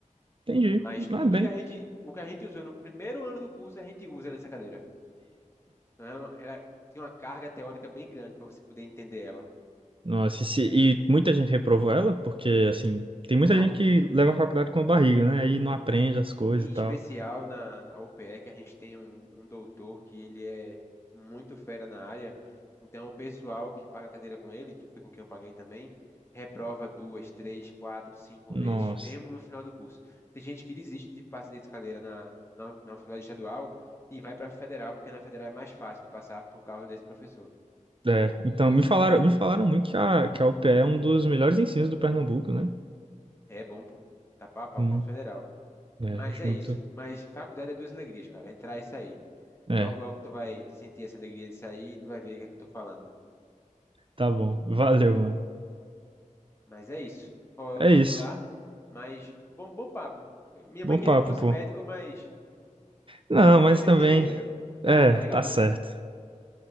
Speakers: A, on the right; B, on the left.
A: Entendi.
B: Mas
A: Ah,
B: tudo
A: bem.
B: que a gente, o que a gente usou no primeiro ano do curso, a gente usa nessa cadeira. Então, ela, ela tinha uma carga teórica bem grande para você poder entender ela.
A: Nossa, e, se- e muita gente reprovou ela, porque, assim, tem
B: Norm-
A: muita gente que leva a faculdade com a barriga, né? Aí não aprende as coisas
B: Em
A: e
B: especial
A: tal.
B: na, na OPE, que a gente tem um, um doutor que ele é muito fera na área. Então, o pessoal que paga cadeira com ele, que foi com quem eu paguei também, reprova duas, três, quatro, cinco
A: Nossa.
B: vezes, mesmo no final do curso. Tem gente que desiste de passar dessa cadeira na, na, na faculdade estadual e vai para a federal, porque na federal é mais fácil de passar por causa desse professor.
A: É, então, me falaram, me falaram muito que a, que a UPE é um dos melhores ensinos do Pernambuco, né?
B: É bom, pô. Tá pau a pau
A: Hum,
B: com a federal.
A: É,
B: Mas
A: acho
B: é
A: muito.
B: isso. Mas faculdade é duas alegrias, cara. Entrar e sair.
A: É,
B: Logo, logo tu vai sentir essa alegria de sair e tu vai ver o que é que eu tô falando.
A: tá bom. Valeu, mano.
B: Mas é isso. Ó, eu
A: É
B: vou
A: isso.
B: indo lá, mas bom, bom papo. Eh, Minha
A: Bom
B: mãe queria
A: papo,
B: que fosse
A: pô.
B: médico, mas
A: Não,
B: eu
A: mas
B: preferi
A: também.
B: ser engenheiro. Tá
A: É,
B: bom, tá legal
A: tá
B: também.
A: certo.